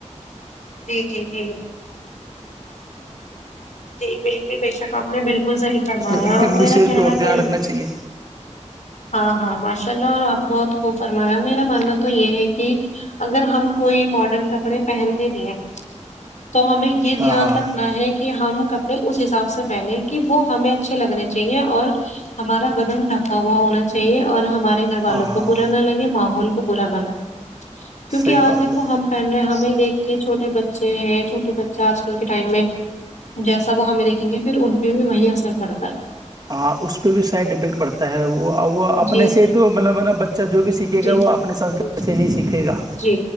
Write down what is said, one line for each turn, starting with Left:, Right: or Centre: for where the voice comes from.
Left: جی جی جی جی بالکل بے شک آپ نے بالکل صحیح فرمایا
Right: ان پہ
Left: اور
Right: بھی
Left: میرا
Right: وشیش
Left: کہنا
Right: طور دھیان
Left: تو یہ
Right: رکھنا چاہیے
Left: ہاں ہاں ماشا لہ اور آپ بہت خوب فرمایا میرا ماننا تو یہ ہے کہ اگر ہم کوئی ماڈرن کپڑے پہنتے بھی ہیں تو ہمیں یہ
Right: ہاں
Left: دھیان
Right: ہاں
Left: رکھنا ہے کہ ہم کپڑے اس حساب سے پہنے کہ وہ ہمیں اچھے لگنے چاہیے اور ہمارا بدن ڈھکا ہوا ہونا چاہیے اور ہمارا گھر والوں
Right: ہاں
Left: کو
Right: ہاں
Left: برا نہ لگے ماحول کب رہانا لگ گے کیونکہ
Right: صحیح
Left: آج
Right: بات
Left: دیکھو
Right: ہے
Left: ہم پہن رہے ہیں ہم ایک دیک کے چھوٹے بچے ہیں چھوٹے بچہ آج کل کے ٹائم میں جیسا وہ ہمیں دیکھیں گے پھر ان پہ بھی وہی اثر پڑتا ہے
Right: ہاں اس پہ بھی سائڈ افیکٹ پڑتا ہے وہ وہ اپنے
Left: جی
Right: سے
Left: جی
Right: تو مطلب بچہ جو بھی سیکھے گا
Left: جی
Right: وہ اپنے سنسکار
Left: جی
Right: سے ہی سیکھے گا
Left: جی